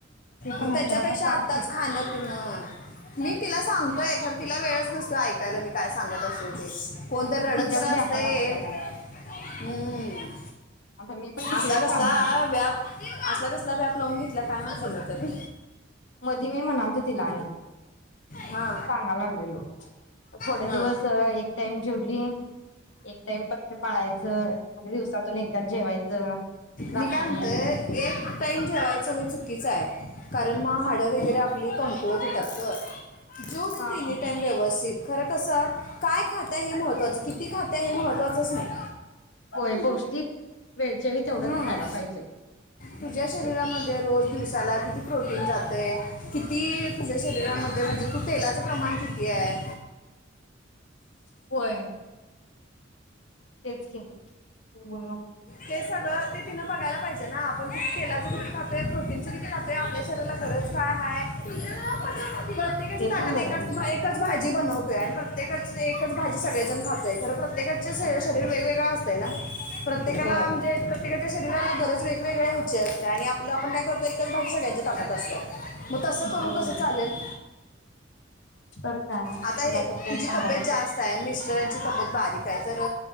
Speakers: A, on the left; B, on the left.
A: ते पण
B: मग
A: आहे
B: त्याच्यापेक्षा
A: तर आता सांग
B: आत्ताच
A: तू
B: खाणं पिन. मी तिला सांगतोय ख तिला वेळच नसतो ऐक कायला मी काय सांगत असेल ते. कोणतरी
A: ती
B: रडत
A: तिच्याच
B: तर
A: व्यापात
B: असते.
A: असत्या
B: हम्म
A: आता मी पण किती
B: असला
A: वेळा
B: कसला
A: सांगते
B: व्याप असला कसला व्याप लावून घेत. त काय नचल तर.
A: मधी मी म्हणालतो तिला, आणि
B: हा
A: सांगा लागलेलो. थोडे
B: हा
A: दिवस एक टाइम जेवली, एक टाइम पत्ते पाळायचं म्हणजे दिवसातून एकदा जेवायचं रात्री.
B: मी काय म्हणते एक टाइम जेवायचं हे चुकीचं कारण मग हाडं वगैरे आपली कमकवत होेतात ग. जेदे
A: हा
B: तीन्ही
A: हा
B: टाइम व्यवस्थित. खरं कसं काय खातंय हे महत्त्वाचं, किती खाताय हे महत्त्वाचंच नाही.
A: होय पौष्टिक वेळचेळी तेवढंच
B: हम्म.
A: खायला पाहिजे.
B: तुझ्या शरीरामध्ये रोज दिवसाला किती प्रोटीन जात. ते किती तुझ्या शरीरामध्ये म्हणजे तू तेलाचं प्रमाण किती आहे.
A: होय तेच कि बोलू नको.
B: ते सगळं ते तिनं बघायला पाहिजे ना आपण तिथे तेलाचं किती खातोय प्रोटीनचं किती खातो आहे आपल्या शरीराला गरज काय आहे? प्रत्येकाच्या
A: ते
B: ताकात
A: पण बरोबर
B: एकाच
A: आहे
B: एकाच भाज. भाजी बनवतोय पण प्रत्येकच एकच भाजी सगळेजण खातात. खरं प्रत्येकाचे शरीर वेगवेगळं असतय ना. एकेकाला
A: होय
B: म्हणजे प्र्येकाच्या शरीराला गरज वेगवेगळ्या याची असत्या, आणि आपलं आपण काय करतो एकच भाजी सगळ्यांच्या ताटात असत्या. मग तस करून
A: बरोबर
B: कस चालेल
A: तर काय तिला
B: आता हे
A: कोण
B: तुझी
A: सांगायचं
B: तब्येत जास्त आहे मि तबेत बारीक आहे तर